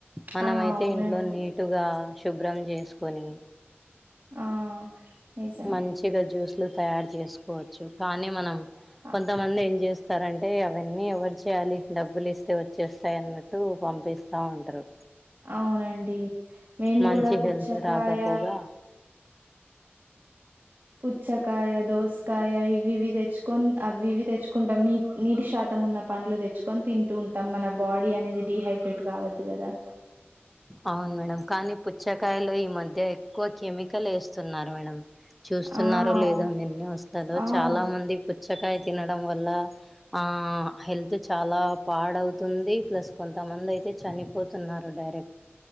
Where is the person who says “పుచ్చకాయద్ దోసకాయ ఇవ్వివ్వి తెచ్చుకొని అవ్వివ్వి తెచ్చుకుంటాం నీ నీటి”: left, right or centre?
Right